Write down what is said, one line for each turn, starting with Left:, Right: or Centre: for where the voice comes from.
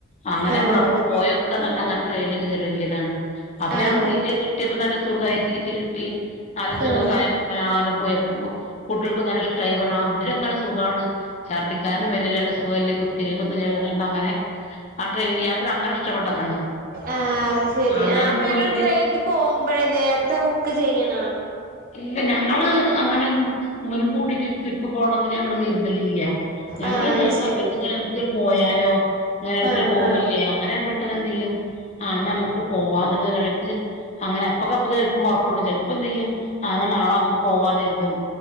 Left: അങ്ങനെ
Right: ആഹ്
Left: നമ്മള് അവിടേ
Right: ആഹ്
Left: പോയ് ക്ക നല്ല അങ്ങനെ ട്രെയിൽ കേറിനോക്കിയതാണ് അവരാ
Right: ആഹ് ആഹ്
Left: സീറ്റ് കിട്ടിയപ്പോ നല്ല സുഖായ സീറ്റ് കിട്ടി നല്ല സുഖക്ക
Right: ആഹ്
Left: ആയ് പോയി അപ്പ കുട്ടികൾക്ക് നല്ലഷ്ടായി പറഞ്ഞു ആ ഉള്ളിലെ മനസ് സുഖാണ് ഛർദ്ദിക്കാനും വരിലല്ല സുഖല്ലേ കുത്തികൾക്കൊന്നും ചല്ലതുകൊണ്ട് അങ്ങനെ ആ ട്രെയിൻ യാത്ര അങ്ങനെ ഇഷ്ടപ്പെട്ടതാണ്
Right: ആഹ് ശെരി
Left: അങ്ങനെ
Right: ആ അപ്പൊ
Left: ഇതുപോലക്ക്
Right: ഞങ്ങൾ ട്രെയിനിൽ പോകുമ്പോഴേ നേരത്തെ ബുക്ക് ചെയ്യണ
Left: ഇല്ല ഞങ്ങള് അങ്ങനെ മുൻകൂട്ടിട്ട് ട്രിപ്പ് പോണന്ന് ഞങ്ങള്ൾ കരുതലില്ല ഞങ്ങള്
Right: ആഹ്
Left: ചില
Right: അത് ശെരി
Left: സമയത്ത് ഇങ്ങനെ നമുക്ക് പോയാലോ അങ്ങനെ ഇപ്പോഴ്
Right: ആഹ്
Left: പോവല്ലേ
Right: ആഹ്
Left: അങ്ങനെ പെട്ടെന്ന് എന്ത് ചെയ്യും ആ നമുക്ക് പോവാന്നുള്ള നിലവിലക്ക് അങ്ങനെ അപ്പൊക്ക അപ്പ ചെലപ്പം പുറപ്പെടും ചിലപ്പോ എന്ത് ചെയ്യും ആന്ന നാളെ നമുക്ക് പോവാകര്തും